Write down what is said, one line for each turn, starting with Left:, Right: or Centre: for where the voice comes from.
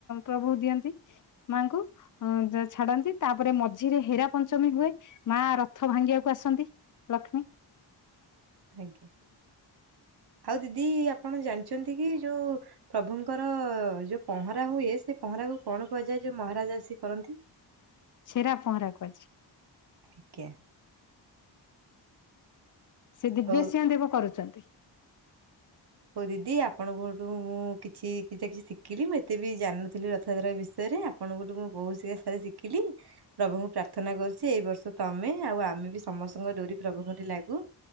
Left: ପ୍ରଭୁ ଦିଅନ୍ତି ମାଙ୍କୁ। ଅ ଛାଡନ୍ତି ତାପରେ ମଝିରେ ହେରା ପଞ୍ଚମୀ ହୁଏ ମା ରଥ ଭାଙ୍ଗିବାକୁ ଆସନ୍ତି। ଲକ୍ଷ୍ମୀ।
Right: ଆଜ୍ଞା ଆଉ ଦିଦି ଆପଣ ଜାଣିଛନ୍ତି କି ଯୋଉ ପ୍ରଭୁଙ୍କର ଯୋଉ ପହଁରା ହୁଏ ସେ ପହଁରା କ କଣ କୁହାଯାଏ ଯୋଉ ମହାରାଜା ଆସି କରନ୍ତି।
Left: ଛେରା ପହଁରାକୁ ଅଛି।
Right: ଆଜ୍ଞା।
Left: ସେ ଦିବ୍ୟ
Right: ହଉ
Left: ସିଂହ ଦେବ କରୁଛନ୍ତି।
Right: ହଉ ଦିଦି ଆପଣଙ୍କଠୁ ମୁଁ କିଛି କିଛି ନା କିଛି ଶିଖିଲି ମୁଁ ଏତେ ବି ଜାଣିନଥିଲି ରଥଯାତ୍ରା ବିଷୟରେ ଆପ ଆପଣ ଠୁ ମୁଁ ବହୁ ଶିକ୍ଷା ସାର ଶିଖିଲି ପ୍ରଭୁଙ୍କୁ ପ୍ରାର୍ଥନା କରୁଛି ଏଇ ବର୍ଷ ତମେ ଆଉ ଆମେ ବି ସମସ୍ତଙ୍କ ଡୋରି ପ୍ରଭୁଙ୍କ ଠି ଲାଗୁ।